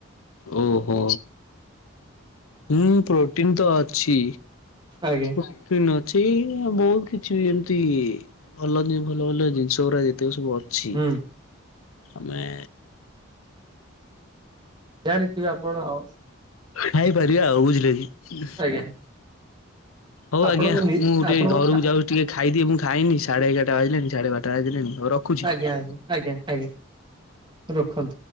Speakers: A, on the left; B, on the right.
A: ଓ ହୋ ହୁଁ ପ୍ରୋଟିନ୍ ତ ଅଛି।
B: ଆଜ୍ଞ
A: ପ୍ରୋଟିନ ଅଛି ଆଉ ବୋହୁତ କିଛିବି ଏମିତି ଭଲଯେ ଭଲ ଭଲ ଜିନିଷ ଉରା ଯେତିକ ସବୁ ଅଛି
B: ହୁଁ
A: ଆମେ
B: ଜାଣିଥିବେ ଆପଣ ଆଉ
A: ଖାଇପାରିବା ଆଉ ବୁଝିଲେକି?
B: ଆଜ୍ଞା।
A: ହଉ
B: ଆପଣଙ୍କୁ
A: ଆଜ୍ଞା
B: ନି
A: ମୁଁ ଟିକେ
B: ଆପଣଙ୍କୁ
A: ଘରକୁ ଯାଉଛି ଟିକେ ଖାଇଦିଏ ମୁଁ ଖାଇନି। ସାଢେ ଏଗାରଟା ବାଜିଲାଣି ସାଢେ ବାରଟା ବାଜିଲାଣି। ହଉ ର ରଖୁଚି।
B: ଆଜ୍ଞା ଆଜ୍ଞା ଆଜ୍ଞା ଆଜ୍ଞା ରଖନ୍ତୁ।